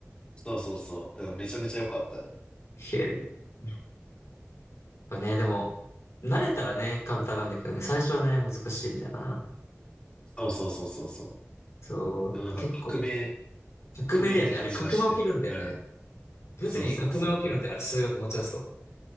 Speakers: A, on the left; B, on the left.
A: そうそうそう。だからめちゃめちゃ良かったね。
B: へえ。やっぱね、でも、慣れたらね、簡単なんだけどね、最初はね、難しいんだよな。
A: そうそうそうそうそう。
B: そう、
A: でもなんか革命、
B: 結構、
A: 革命って感じがして。
B: 革命だよね。あれ、革命起きるんだよね。
A: うん。
B: 物理に革命起きるんだよ、
A: そうそうそう。
B: あれ、数学持ち出すと。